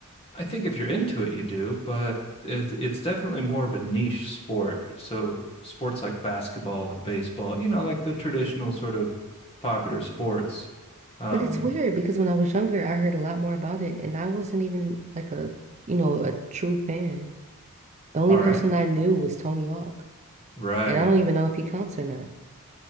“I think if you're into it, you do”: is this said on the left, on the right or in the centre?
Left